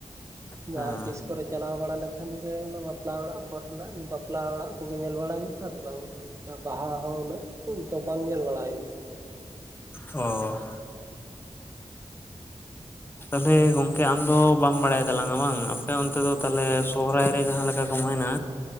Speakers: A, on the right; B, on the left.
A: ᱡᱟᱦᱟᱸ
B: ᱦᱮᱸ
A: ᱛᱤᱥ ᱠᱚᱨᱮᱜ ᱪᱟᱞᱟᱣ ᱵᱟᱲᱟ ᱞᱮᱠᱷᱟᱱ ᱜᱮ ᱚᱱᱟ ᱵᱟᱯᱞᱟ ᱚᱲᱟᱜ ᱠᱚᱨᱮᱱᱟᱜ ᱵᱟᱯᱞᱟ ᱚᱲᱟᱜ ᱠᱚᱜᱮ ᱧᱮᱞ ᱵᱟᱲᱟ ᱦᱩᱭᱩᱜᱼᱟ ᱟᱨ ᱵᱟᱝ ᱵᱟᱦᱟ ᱦᱚᱸ ᱩᱱᱟᱹᱜ ᱫᱚ ᱵᱟᱝ ᱧᱮᱞ ᱵᱟᱲᱟ ᱦᱩᱭ ᱠᱟᱱᱟ᱾
B: ᱚᱸᱻ ᱛᱟᱦᱞᱮ ᱜᱚᱢᱠᱮ ᱟᱢ ᱫᱚ ᱵᱟᱢ ᱵᱟᱲᱟᱭ ᱛᱟᱞᱟᱝᱼᱟ ᱵᱟᱝ ᱟᱯᱮ ᱚᱱᱛᱮ ᱫᱚ ᱛᱟᱦᱞᱮ ᱥᱚᱦᱨᱟᱭ ᱨᱮ ᱡᱟᱦᱟᱸ ᱞᱮᱠᱟ ᱠᱚ ᱢᱮᱱᱟ